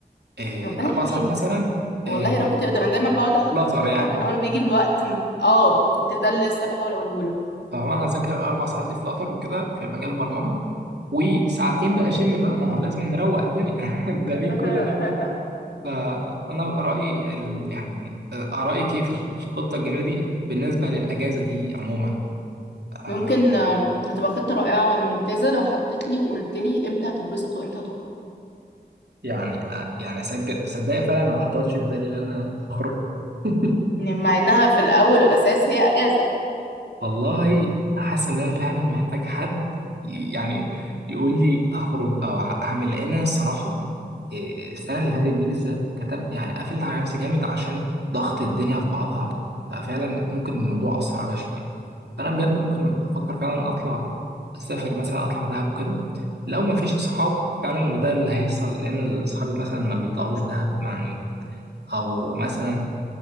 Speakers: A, on the right; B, on the left.
A: آه
B: ربنا
A: اربع
B: يحميك
A: ساعات مثلا آه
B: والله يا رب تقدر انا دايما بقعد احط
A: فلاتر
B: خطط
A: يعني
B: وبعدين اول ما بيجي الوقت م- اه كنت ده اللي لسه بحاول اقوله لك
A: فهو انا اذاكر اربع ساعات دي فلاتر وكده في مجال البرمجه وساعتين بقى شم بقى ما هو لازم نروق الدنيا <laughs> ده
B: <laughs>
A: بين كل ده وده فانا رايي ال... يعني آه، رايك ايه في الخطه الجميله دي بالنسبه للاجازه دي عموما آه،
B: ممكن آه، هتبقى خطة رائعة وممتازة لو حطيت لي وقلت لي امتى هتتبسط وامتى هتخرج
A: يعني آه، يعني اسجل صدقني فعلا أنا ما حطيتش في بالي ان انا اخرج <laughs>
B: يعني مع انها في الاول والاساس هي اجازة
A: والله حاسس ان انا فعلا محتاج حد ي- يعني يقول لي اخرج او أع- اعمل لان انا الصراحه إيه، السنه اللي فاتت دي بالذات كتم يعني قفلت على نفسي جامد عشان ضغط الدنيا في بعضها ففعلا ممكن الموضوع اثر عليا شويه فانا بجد ممكن افكر فعلا اطلع اسافر مثلا اطلع دهب وكده لو ما فيش اصحاب فعلا وده اللي هيحصل لان اصحابي مثلا ما بيطلعوش دهب يعني او مثلا